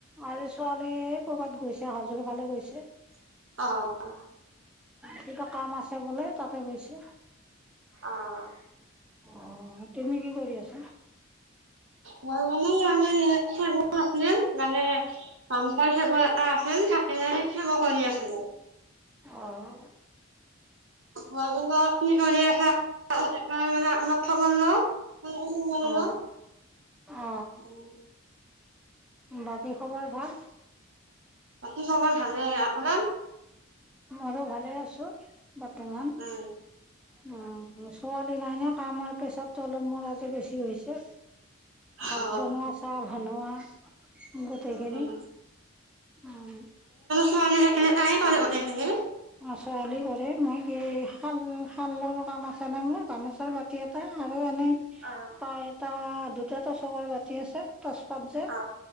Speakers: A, in the centre; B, on the right.
A: আজি ছোৱালী কৰ'বাত গৈছে, হাজোৰ ফালে গৈছে।
B: অ',।
A: কিবা কাম আছে বোলে, তাতে গৈছে।
B: অ',
A: অ', তুমি কি কৰি আছা?
B: কুৱা মানে আমাৰ <unintelligible> আছিলে মানে <unintelligible> সেইকাৰণে সেইবোৰ কৰি আছিলোঁ <unintelligible>
A: অহ।
B: মই মানে কি কৰি আছে <inaudible> সেইকাৰণে মানে আপোনাক খবৰ লওঁ
A: অ অ
B: <inaudible>
A: বাকী খবৰ ভাল?
B: বাকী খৱৰ ভালে, আপোনাৰ?
A: মইয়ো ভালে আছো, বৰ্তমান
B: উম,
A: অ'। ছোৱালী নাই ন, কামৰ পেছাৰ টো অলপ মোৰ আজি বেছি হৈছে।
B: অ',
A: ভাত বনোৱা, চাহ বনোৱা গোটেইখিনি,
B: উম।
A: উম।
B: ঘৰতে থাকিলে তাইয়ে কৰে গোটেইখিনি।
A: ছোৱালী কৰে। মই কি শাল - শালৰ কাম আছে না মোৰ, গামোচাৰ বাতি এটা আৰু অ', এনেই
B: অ
A: পায় এটা দুটাটো চকৰ বাতি আছে তচপাত যে,
B: অ